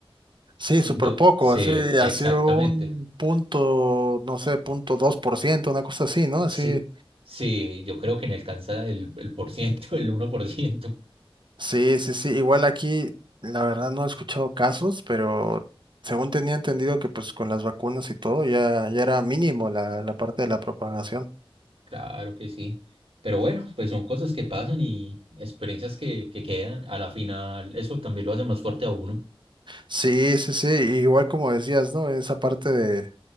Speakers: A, on the right (about 50°); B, on the right (about 70°).
A: sí,
B: Entonces,
A: súper poco, así,
B: exactamente.
A: así un punto, no sé, punto dos por ciento, una cosa así, ¿no? Así,
B: Sí, sí, yo creo que no alcanza el, el por ciento, <laughs> el uno por ciento
A: sí, sí, sí, igual aquí, la verdad no he escuchado casos, pero... Según tenía entendido que pues con las vacunas y todo ya, ya era mínimo la, la parte de la propagación.
B: Claro que sí. Pero bueno, pues son cosas que pasan y experiencias que, que quedan. A la final, eso también lo hace más fuerte a uno.
A: Sí, sí, sí, igual como decías, ¿no? Esa parte de